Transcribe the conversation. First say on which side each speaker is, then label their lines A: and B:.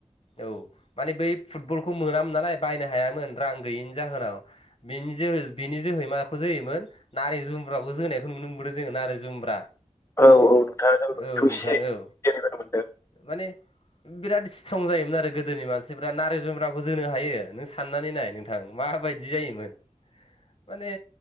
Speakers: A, on the left; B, on the left.
A: औ माने बै फुटबलखौ मोनामोन नालाय बायनो हायामोन रां गैयिनि जाहोनाव बेनि जोहै बिनि जोहै माखौ जोहोमोन नारै जुम्ब्राखौ जोनायखौ नुनो मोनदों जोङो नारें जुम्ब्रा
B: औ नोंथाङा जोंबो
A: औ
B: बेखौ
A: नोंथां
B: एसे
A: औ
B: गेलेबोनो मोनदों
A: माने बिराद फसं जायोमोन आरो गोदोनि मानसिफ्रा नारें जुमग्राखौ जोनो हायो नों साननानै नाय नोंथां माबायदि जायोमोन
B: <inaudible>
A: माने